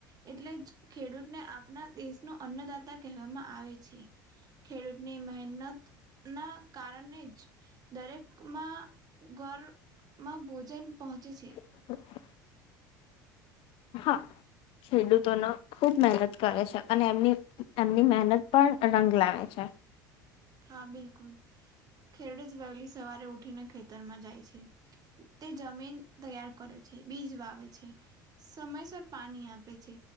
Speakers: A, on the right; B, on the left.
A: એટલે જ ખેડૂતને આપણા દેશ ન અન્નદાતા કહેવામાં આવે છે. ખેડૂતની મહેનત ના કારણે જ દરેકમાં ઘર માં ભોજન પહોંચે છે.
B: <inaudible> હા ખેડુંતોનો ખૂબ મહેનત કરે છે અને એમની એમની મહેનત પણ રંગ લાવે છે
A: હા બિલકુલ ખેરડ જ વહેલી સવારે ઉઠીને ખેતી તરમાં જાય છે તે જમીન તૈયાર કરે છે બીજ વાવે છે સમયસર પાણી આપે છે